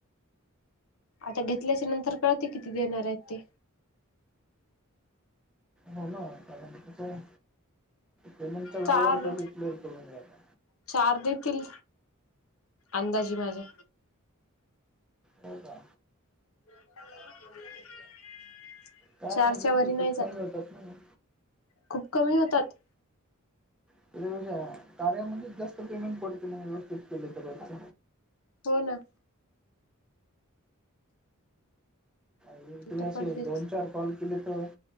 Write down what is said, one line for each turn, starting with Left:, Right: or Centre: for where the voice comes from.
Left: आता घेतल्या ची नंतर कळते किती देणार येत ते.
Centre: हो ना कारण कसंय पेमंटचा व्यवहार
Left: चार
Centre: पहिले क्लिअर करून घ्यायचा.
Left: चार देतील. अंदाजी माझ्या
Centre: हो का
Left: <unintelligible>
Centre: चार म्हणलं
Left: वरी
Centre: तरी
Left: नाही
Centre: खूप
Left: जात
Centre: कमी होतात न म
Left: खूप कमी होतात.
Centre: <unintelligible> कार्यामध्येच जास्त पेमेंट पडते ना व्यवस्थित केलं तर रोजच
Left: हो ना.
Centre: <unintelligible>
Left: तिथं
Centre: असे
Left: पडतेच
Centre: दोन चार कॉल केले त